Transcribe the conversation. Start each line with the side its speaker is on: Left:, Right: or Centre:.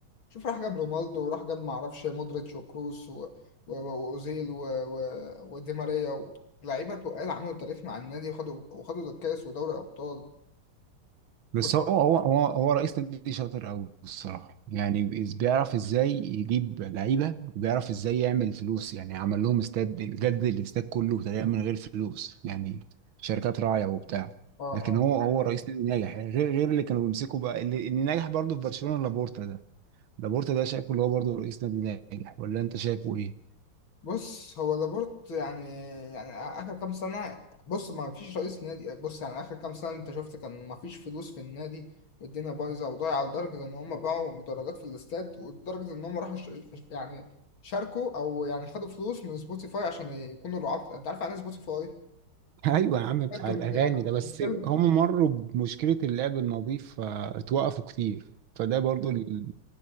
Left: شوف راح جاب رونالدو وراح جاب ما اعرفش مودريتش وكروس و- و- و- واوزيل و- و- ودي ماريا و- لعيبه تقال عملوا تاريخ مع النادي وخدوا وخدوا الكاس ودوري ابطال
Right: بس
Left: <laughs>
Right: هو هو هو هو رئيس نادي شاطر قوي الصراحه يعني بيز- بيعرف ازاي يجيب لعيبه وبيعرف ازاي يعمل فلوس يعني عمل لهم استاد جدد الاستاد كله تقريبا من غير فلوس يعني شركات راعيه وبتاع
Left: اه
Right: لكن
Left: اه
Right: هو هو رئيس نادي ناجح يعني غير غير اللي كانوا بيمسكوا بقى اللي, اللي ناجح برضه في برشلونه لابورتا ده لابورتا ده شايفه اللي هو برضه رئيس نادي ناجح ولا انت شايفه ايه؟
Left: بص هو لابورت يعني يعني اخر كام سنه بص ما فيش رئيس نادي بص يعني اخر كام سنه انت شفت كان ما فيش فلوس في النادي والدنيا بايظه وضايعه لدرجه ان هم باعوا مدرجات في الاستاد ولدرجه ان هم راحوا ش... يعني شاركوا او يعني خدوا فلوس من سبوتيفاي عشان يكونوا رعاة انت عارف يعني إيه سبوتيفاي
Right: ايوه يا عم بتاع
Left: لكن
Right: الاغاني
Left: يعني
Right: ده بس
Left: كان- كان-
Right: هم مروا بمشكله اللعب النظيف فاتوقفوا كتير فده برضو اللي